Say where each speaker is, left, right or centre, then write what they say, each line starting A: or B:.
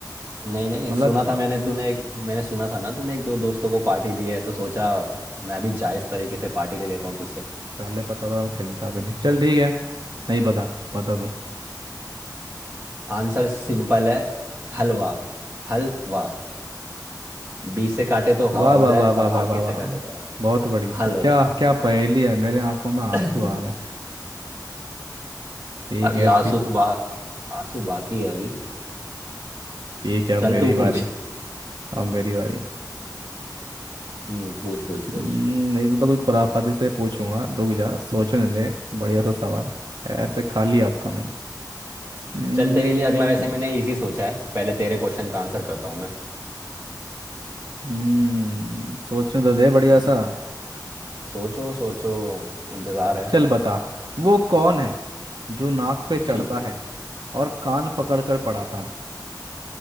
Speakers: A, on the right; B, on the right.
A: नहीं नहीं
B: मतलब
A: सुना था मैंने तूने एक मैंने सुना था ना तूने एक दो दोस्तों को पार्टी दी है तो सोचा मैं भी जायज तरीके से पार्टी ले लेता हूँ तुझसे
B: पहले पता था मैं खेलता भी नहीं चल ठीक है नहीं पता बता दूं
A: आंसर सिंपल है हलवा हलवा बीच से काटे तो हवा
B: वाह
A: हो
B: वाह
A: जाए
B: वाह वाह
A: और
B: वाह
A: आखिर
B: वाह
A: से
B: वाह
A: काटे तो
B: बहुत बढ़िया
A: हल हो
B: क्या
A: जाता
B: क्या पहेली है मेरे आंखों में आंसू
A: <laughs>
B: आ गए ठीक
A: अभी
B: है ठीक
A: आंसू तो बा, आंसू बाकी है अभी
B: ठीक है अब
A: चल
B: मेरी
A: तू
B: बारी
A: पूछ
B: अब मेरी बारी
A: हम्म पूछ पूछ पूछ
B: हम्म, ये तो, तो कोई खुराफाती से पूछूंगा रुक जा सोचने दे बढ़िया सा सवाल ऐसे खाली हाथ तो नहीं हम्म
A: चल तेरे लिए अगला वैसे मैंने इजी सोचा है पहले तेरे क्वेश्चन का आंसर करता हूँ मैं
B: हम्म, सोचने तो दे बढ़िया सा
A: सोचो सोचो इंतजार है
B: चल बता वो कौन है जो नाक पे चढ़ता
A: ठीक
B: है और कान पकड़ कर पढ़ाता है